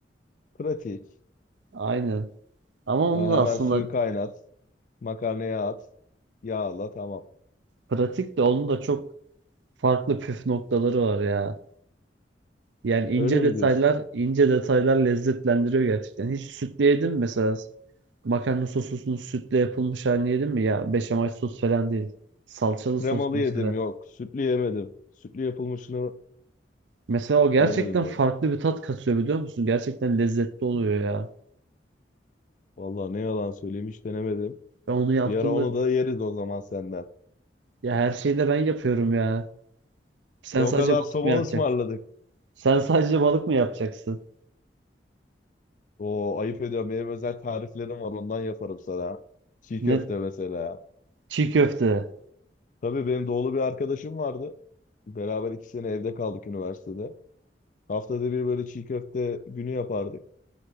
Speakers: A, on the left (about 45°); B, on the right (about 90°).
A: Pratik.
B: Aynen. Ama onun
A: Yani
B: da
A: hemen
B: aslında
A: suyu kaynat. Makarnaya at. Yağla tamam.
B: pratik de onun da çok farklı püf noktaları var ya. Yani
A: Öyle
B: ince
A: mi
B: detaylar,
A: diyorsun?
B: ince detaylar lezzetlendiriyor gerçekten. Hiç sütle yedin mi mesela? Makarna sosusunun sütle yapılmış halini yedin mi ya? Beşamel sos falan değil. Salçalı
A: Kremalı
B: sos mesela.
A: yedim yok. Sütlü yemedim. Sütlü yapılmışını
B: Mesela o gerçekten
A: yemedim
B: farklı
A: lan.
B: bir tat katıyor biliyor musun? Gerçekten lezzetli oluyor ya.
A: Valla ne yalan söyleyeyim hiç denemedim.
B: Ben onu yaptığımda
A: Bir ara onu da yeriz o zaman senden.
B: ya her şeyi de ben yapıyorum ya. Sen
A: E o
B: sadece
A: kadar
B: balık
A: somalı
B: mı yapacaksın?
A: ısmarladık.
B: Sen sadece balık mı yapacaksın?
A: Oo ayıp ediyorum. Benim özel tariflerim var ondan yaparım sana. Çiğ
B: Ne
A: köfte mesela.
B: çiğ köfte.
A: Tabii benim doğulu bir arkadaşım vardı. Beraber iki sene evde kaldık üniversitede. Haftada bir böyle çiğ köfte günü yapardık.